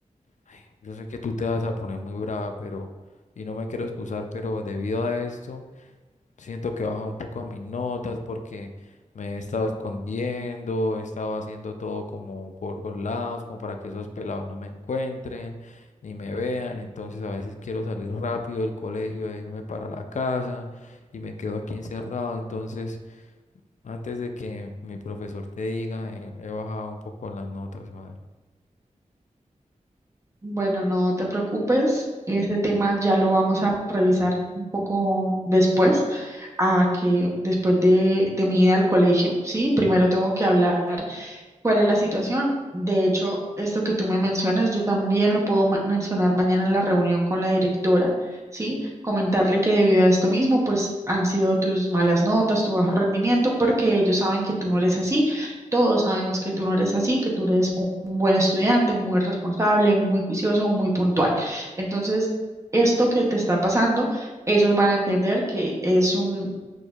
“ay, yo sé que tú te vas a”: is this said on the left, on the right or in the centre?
Left